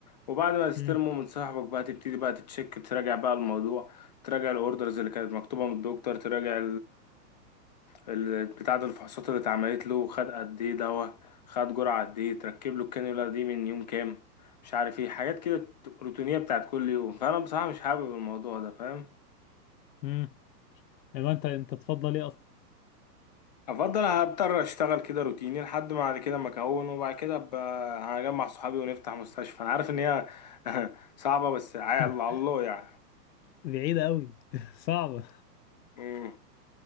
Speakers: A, on the left; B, on the left.
A: وبعد ما تستلمه
B: امم
A: من صاحبك بقى تبتدي بقى تتشك تراجع بقى الموضوع تراجع الاوردرز اللي كانت مكتوبة من الدكتور تراجع ال- بتاع ده الفحوصات اللي اتعملت له خد قد ايه دواء خد جرعة قد ايه تركب له الكانيولا دي من يوم كام مش عارف ايه حاجات كده روتينية بتاعت كل يوم فانا بصراحة مش حابب الموضوع ده فاهم
B: امم انت انت تفضل ايه اصلا
A: افضل هضطر اشتغل كده روتيني لحد ما بعد كده ما اكون وبعد كده ابقى هجمع صحابي ونفتح مستشفى انا عارف ان هي <laughs> صعبة بس على
B: <laughs>
A: الله يعني
B: بعيدة قوي <laughs> صعبة
A: مم.